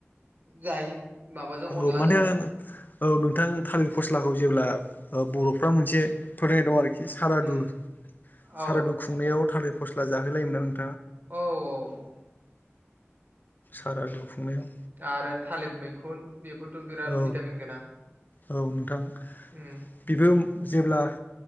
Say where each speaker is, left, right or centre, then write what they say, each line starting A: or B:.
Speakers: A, on the right; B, on the left.
A: जायो माबाजों
B: औ
A: अनलाजों
B: माने औ नोंथां थालिर फस्लाखौ जेब्ला बर'फ्रा मोनसे फोथायनाय दं आरोखि सारादु
A: उम औ
B: सारादु खुंनायाव थालिर फस्ला जाहोलायोमोन
A: औ औ औ
B: सारादु कुंनायाव
A: आरो थालिर मैखुन बेफोरथ' बिराद
B: औ
A: भिटामिन गोनां
B: औ नोंथां
A: उम
B: बेबो जेब्ला